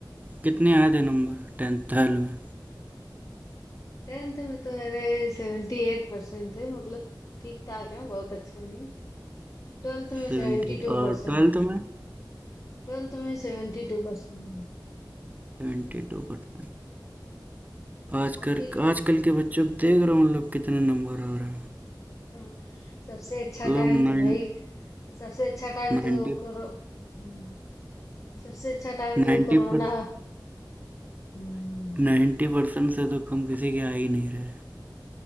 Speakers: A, on the right (about 20°); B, on the left (about 40°).
A: कितने आए थे नंबर टेंथ ट्वेल्थ में
B: टेंथ में तो मेरे 78% परसेंट थे मतलब ठीक ठाक है बहुत अच्छे नहीं ट्वेल्थ में
A: सेवेंटी
B: 72%
A: और ट्वेल्थ
B: टू परसेंट
A: में
B: ट्वेल्थ में 72% टू परसेंट
A: सेवेंटी टू परसेंट आजकल
B: आपकी
A: आजकल के बच्चों को देख रहा हूँ मतलब कितने नंबर आ रहे हैं
B: हाँ, सबसे अच्छा
A: मतलब
B: टाइम तो
A: नाइन
B: भाई सबसे अच्छा टाइम
A: नाइन्टी
B: तो कोरो हम्म, सबसे अच्छा टाइम तो
A: नाइन्टी
B: कोरोना
A: पर
B: हम्म,
A: नाइन्टी परसेंट से तो कम किसी के आ ही नहीं रहे